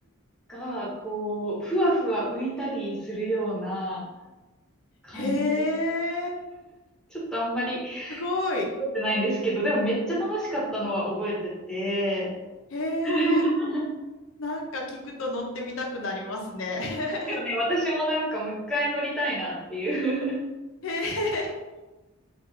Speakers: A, in the centre; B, on the left.
A: が、こう、ふわふわ浮いたりするような感じ
B: へえ、
A: ちょっとあんまり
B: すごい。
A: 覚えてないんですけど、でもめっちゃ楽しかったのは覚えてて、
B: へえ、
A: <laughs>
B: なんか聞くと乗ってみたくなりますね。<laughs>
A: ですよね、私もなんかもう一回乗りたいなっていう
B: へえ、